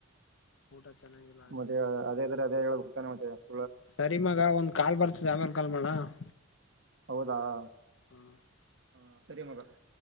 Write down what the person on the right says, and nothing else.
ಮದೆವೆ,
ಅದೇ, ಕಡೆ, ಅದೇ, ಹೋಗುತ್ತಾನೆ, ಅಂತೇ? <inaudible>
ಹೌದಾ. <inaudible>
ಹಾ, ಸರಿ, ಮಗ. <inaudible>